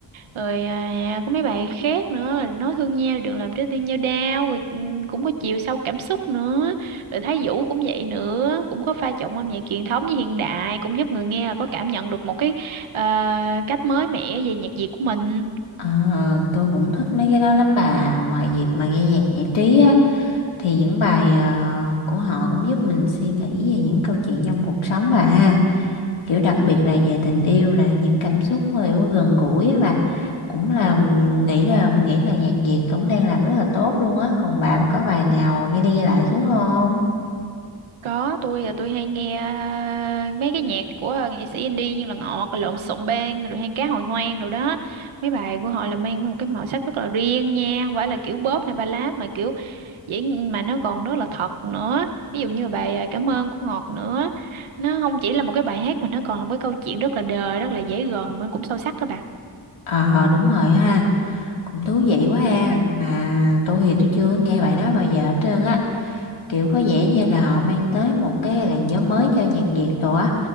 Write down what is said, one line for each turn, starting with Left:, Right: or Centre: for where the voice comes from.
Right: Rồi à, có mấy bài khác nữa là nói thương nhau đừng làm trái tim nhau đau rồi ừ, cũng có chiều sâu cảm xúc nữa. Rồi Thái Vũ cũng vậy nữa, cũng có pha trộn âm nhạc truyền thống với hiện đại cũng giúp người nghe là có cảm nhận được một cái ờ, cách mới mẻ về nhạc Việt của mình.
Left: Ờ, tôi cũng thích mấy cái đó lắm bà. Ngoài việc mà nghe nhạc giải trí á, thì những bài à, của họ cũng giúp mình suy nghĩ về những câu chuyện trong cuộc sống bà ha. kiểu đặc biệt là về tình yêu là những cảm xúc kiểu gần gũi á bà cũng là m- nghĩ là mình nghĩ là nhạc Việt cũng đang làm rất là tốt luôn á còn bà mà có bài nào nghe đi nghe lại xuống không
Right: Có, tôi là tôi hay nghe à, mấy cái nhạc của à, nghệ sĩ indie như là Ngọt, Lộn Xộn Bang, rồi hay Cá Hồi Hoang rồi đó. Mấy bài của họ là mang một cái màu sắc rất là riêng nha, không phải là kiểu bóp hay ballad mà kiểu dễ mà nó còn rất là thật nữa. Ví dụ như là bài à, Cảm ơn của Ngọt nữa. Nó không chỉ là một cái bài hát mà nó còn là một cái câu chuyện rất là đời, rất là dễ gần mà cũng sâu sắc các bạn.
Left: ờ đúng rồi ha cũng thú vị quá ha mà tôi thì tôi chưa nghe bài đó bao giờ hết trơn á kiểu có vẻ như là họ mang tới một cái làn gió mới cho nhạc Việt đồ á